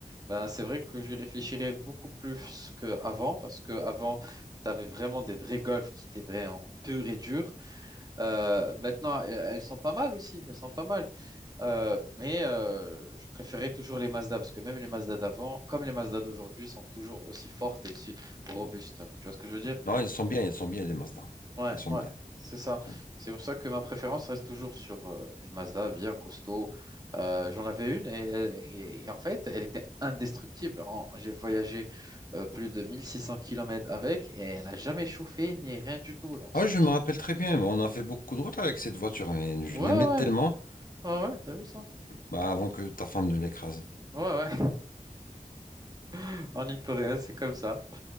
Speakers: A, on the right; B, on the left.
A: ben, c'est vrai que je réfléchirais beaucoup plus qu'avant, parce qu'avant, tu avais vraiment des vrais Golf qui étaient vraiment purs et durs. Euh, maintenant, elles elles sont pas mal aussi. Elles sont pas mal. Euh, mais euh, je préférais toujours les Mazda parce que même les Mazda d'avant, comme les Mazda d'aujourd'hui, sont toujours aussi fortes et aussi robustes. Tu vois ce que je veux dire?
B: Non, ils sont bien, ils sont bien, les Mazda.
A: Ouais,
B: Ils sont
A: ouais,
B: bien.
A: c'est ça.
B: ils sont bien.
A: C'est pour ça que ma préférence reste toujours sur euh, une Mazda bien costaud. Euh, j'en avais une et, et- et en fait, elle était indestructible. En- J'ai voyagé euh, plus de 1600 kilomètres avec et elle n'a jamais chauffé ni rien du tout. Donc
B: Ah
A: c'est
B: oui,
A: pour
B: je me
A: ça.
B: rappelle très bien. On a fait beaucoup de routes avec cette voiture. mais je
A: Ouais,
B: l'aimais
A: ouais,
B: tellement
A: ouais, ouais, t'as vu ça?
B: bah, avant que ta femme ne l'écrase.
A: Ouais, ouais, <laughs> on n'y peut rien, c'est comme ça.